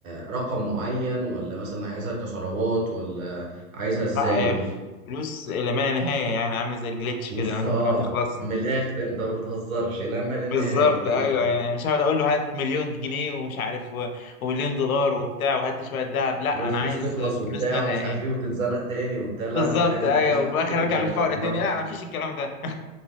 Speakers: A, on the right (about 65°); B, on the left (about 75°).
A: آه، رقم معين ولا مثلا عايزها كثروات ولا عايزها ازاي
B: لا
A: قول
B: آه،
A: لي
B: فلوس إلى ما لا نهاية يعني عامل زي الجليتش
A: فلوس
B: كده <laughs> ما
A: اه
B: تخلصش.
A: من الاخر انت ما بتهزرش لا ما لا
B: بالظبط
A: نهايه <laughs>
B: ايوه يعني أنا مش هقعد اقول له هات مليون جنيه ومش عارف و- ومليون دولار وبتاع وهات لي شويه ذهب لا
A: والفلوس
B: انا عايز
A: تخلص وبتاع
B: فلوس لها
A: ومش
B: ايه
A: عارف ايه وتتزنق تاني وبتاع لا
B: بالظبط
A: انا عايز
B: ايوه
A: فلوس كتير
B: وفي الاخر ارجع
A: <laughs>
B: للفقر تاني
A: مره
B: لا
A: واحدة.
B: انا مفيش الكلام ده